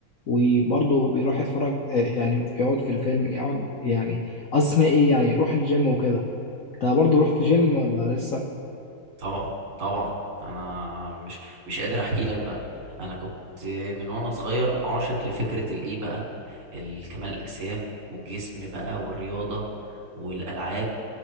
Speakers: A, on the left; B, on the right.
A: وبرضه بيروح يتفرج آه، يعني يقعد في الفيلم يقعد يعني اسمه ايه يعني يروح الجيم وكده انت برضه رحت جيم ولا لسه
B: طبعا طبعا انا مش مش قادر احكي لك بقى انا كنت من وانا صغير عاشق لفكره الايه بقى الكمال الاجسام والجسم بقى والرياضه والالعاب